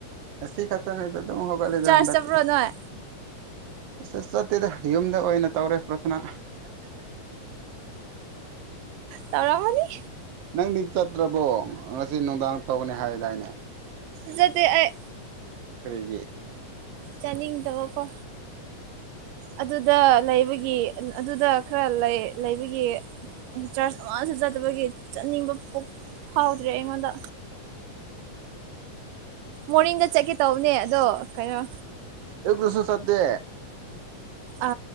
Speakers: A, on the right; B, on the right.
A: ꯁꯤ ꯈꯇꯔ ꯅꯗ ꯑꯗꯨꯝ ꯍꯧꯒꯠꯂ
B: ꯆꯥꯔꯖ
A: ꯍꯥꯟꯗꯇ
B: ꯆꯠꯄ꯭ꯔꯣ ꯅꯣꯏ
A: ꯦ ꯆꯠꯇꯦꯗ ꯌꯨꯝꯗ ꯑꯣꯏꯅ ꯇꯧꯔꯦ ꯄ꯭ꯔꯊꯅꯥ
B: ꯇꯧꯔꯃꯅꯤ
A: ꯅꯪꯗꯤ ꯆꯠꯇ꯭ꯔꯕꯣ ꯉꯁꯤ ꯅꯨꯡꯗꯥꯡ ꯇꯧꯒꯅꯤ ꯍꯥꯏꯗꯥꯏꯅꯦ
B: ꯆꯗ ꯑꯩ
A: ꯀꯔꯤꯒꯤ
B: ꯆꯥꯅꯤꯤꯡ ꯗꯍꯀ ꯑꯗꯨꯗ ꯂꯩꯕꯒꯤ ꯑꯗꯨꯗ ꯈꯔ ꯂꯩ ꯂꯩꯕꯒꯤ ꯆꯔꯆ ꯑꯃꯁꯨ ꯆꯠꯇꯕꯒꯤ ꯆꯠꯅꯤꯡꯕ ꯐꯥꯎꯗ꯭ꯔꯦ ꯑꯩꯉꯣꯟꯗ
A: <unintelligible>
B: ꯃꯣꯔꯅꯤꯡꯗ ꯆꯠꯀꯦ ꯇꯧꯕꯅꯦ ꯑꯗꯣ ꯀꯩꯅꯣ
A: ꯑꯦ ꯀꯁꯨꯣ ꯁꯇ
B: ꯑ